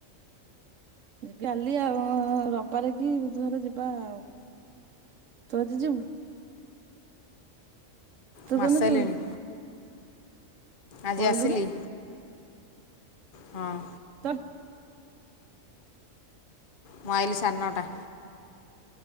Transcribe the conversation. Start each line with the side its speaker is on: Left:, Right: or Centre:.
Right: ଯିବି କାଲି ଆଉ ରବିବାରେ କି ବୁଧବାର ଯିବା ଆଉ। ତୁ ଆଜି ଯିବୁ? ତୁ
Left: ମୁଁ
Right: କୋଉଦିନ
Left: ଆସିସାରିଲିଣି
Right: ଯିବୁ
Left: ଆଜି
Right: ପଳେଇଲୁଣି
Left: ଆସିଲି। ହଁ।
Right: ତୋର
Left: ମୁଁ ଆଇଲି ସାଢ଼େ ନଅଟା।